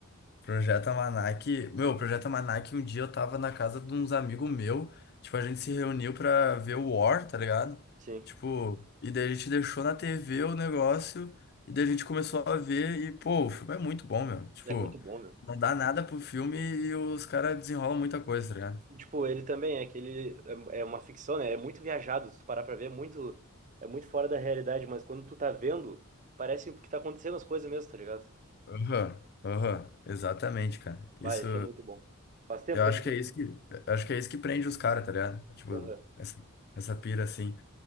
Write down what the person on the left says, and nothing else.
Projeto Almanac. Meu, Projeto Almanac, um dia eu tava na casa de uns amigos meu, tipo, a gente se reuniu pra ver o War, tá ligado?
Tipo, e daí a gente deixou na TV o negócio, e daí a gente começou a ver, e pô, o filme é muito bom, meu. Tipo,
não dá nada pro filme e os caras desenrolam muita coisa, tá ligado?
Aham, aham, exatamente, cara.
Isso,
eu
acho
que é
isso
que, eu acho que é isso que prende os caras, tá ligado? Tipo,
essa, essa pira assim.